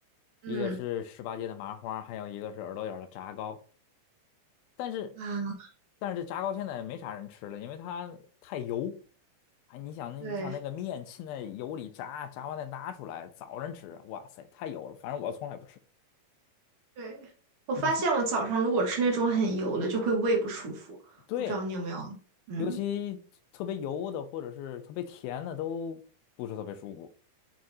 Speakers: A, on the right; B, on the left.
A: 嗯
B: 一个是十八街的麻花，还有一个是耳朵眼儿的炸糕。但是
A: 啊，
B: 但是这炸糕现在也没啥人吃了，因为它太油。哎，你想那你想那个面浸在油里炸，
A: 对
B: 炸完再拿出来，早晨吃，哇塞，太油了。反正我从来不吃。
A: 对，我发现我早上如果吃那种很油的，
B: 你去，
A: 就会胃不舒服，
B: 对，
A: 不知道你有没有？嗯。
B: 尤其特别油的或者是特别甜的都不是特别舒服。